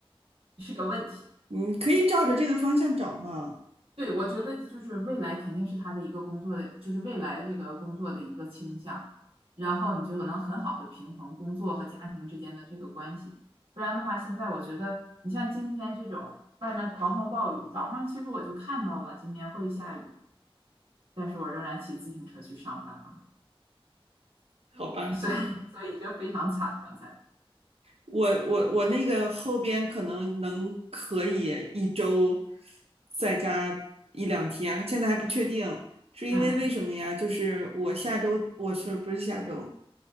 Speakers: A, on the right (about 70°); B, on the right (about 90°).
A: 是个问题。
B: 你可以照着这个方向找嘛。
A: 对，我觉得就是未来肯定是他的一个工作的，就是未来这个工作的一个倾向，然后你就能很好的平衡工作和家庭之间的这个关系。不然的话，现在我觉得你像今天这种外面狂风暴雨，早上其实我就看到了今天会下雨。但是我仍然骑自行车去上班了，
B: 好吧。
A: 所以所以就非常惨。刚才，
B: 我我我那个后边可能能可以一周在家一两天，现在还不确定，是因为为什么呀？
A: 嗯
B: 就是我下周我是不是下周？